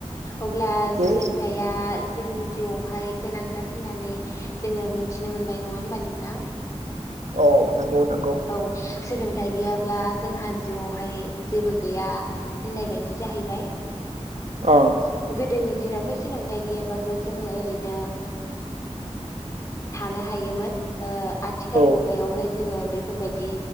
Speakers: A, on the left (about 30°); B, on the right (about 75°).
A: अब्ला
B: बे
A: सोलोंथाइया। जोंनि जिउआवहाय गोनांथार होननानै जोङो मिथिनो मोनबाय नङा होनबा नोंथां।
B: औ। नंगौ नंगौ
A: औ सोलों थाय गैयाब्ला जोंहा जिउआवहाय जेबो गैया होननाय बायदि जाहैबाय।
B: ओं
A: गोदोनि दिनावथ' सोलोंथाइ गैयाबाबो जोङो ओरैनो थानो हायोमोन। आथिखाल
B: औ
A: मुगायावहाय। जोङो। बेफोरबायदि